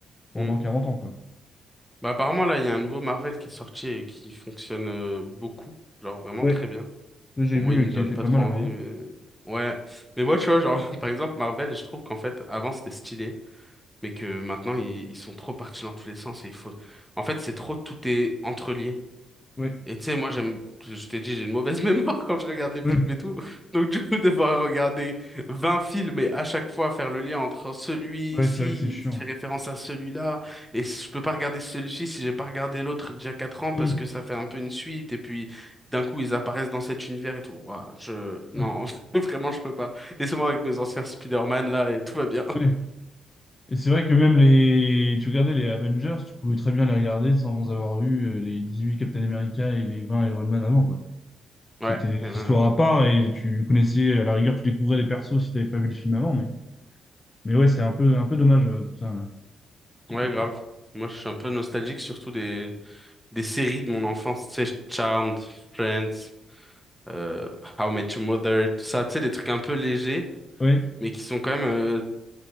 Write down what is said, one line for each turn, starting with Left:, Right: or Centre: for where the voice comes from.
Left: pendant
Centre: on-
Left: 40 ans, quoi.
Centre: bah, apparemment là, il y a un nouveau Marvel qui est sorti et qui fonctionne euh, beaucoup, genre vraiment
Left: Ouais,
Centre: très bien.
Left: ça, j'ai
Centre: Bon,
Left: vu
Centre: moi, il me
Left: qu'il
Centre: donne
Left: était
Centre: pas
Left: pas
Centre: trop
Left: mal
Centre: envie,
Left: apparemment.
Centre: mais... Ouais. Mais moi, tu vois, genre, <laughs> par exemple, Marvel, je trouve qu'en fait, avant, c'était stylé, mais que maintenant, ils, ils sont trop partis dans tous les sens et il faut... En fait, c'est trop, tout est entrelié.
Left: Ouais.
Centre: Et tu sais, moi, j'aime, je t'ai dit, j'ai une mauvaise <laughs> mémoire quand je regarde les films
Left: Ouais,
Centre: et tout. Donc, du coup, devoir regarder 20 films et à chaque fois faire le lien entre celui-ci
Left: ouais, c'est vrai que c'est chiant.
Centre: qui fait référence à celui-là. Et je peux pas regarder celui-ci si j'ai pas regardé l'autre d'il y a 4 ans
Left: Mm.
Centre: parce que ça fait un peu une suite. Et puis, d'un coup, ils apparaissent dans cet univers et tout. Ouah, je, non,
Left: Ah,
Centre: <laughs> vraiment, je peux pas. Laissez-moi avec mes anciens Spider-Man là et tout va bien.
Left: ouais. Et c'est vrai que même les. Tu regardais les Avengers, tu pouvais très bien les regarder sans avoir vu euh, les 18 Captain America et les 20 Iron Man avant, quoi. C'était
Centre: Ouais,
Left: des
Centre: eh ben,
Left: histoires à part et tu connaissais, à la rigueur, tu découvrais les persos si t'avais pas vu le film avant, mais, mais ouais, c'est un peu, un peu dommage euh, tout ça. là.
Centre: ouais,
Left: Et-
Centre: grave. Moi, je suis un peu nostalgique, surtout des, des séries de mon enfance, tu sais, Charmed, Friends, euh, How I Met Your Mother, tout ça, tu sais, des trucs un peu légers,
Left: Ouais,
Centre: mais qui sont quand même euh,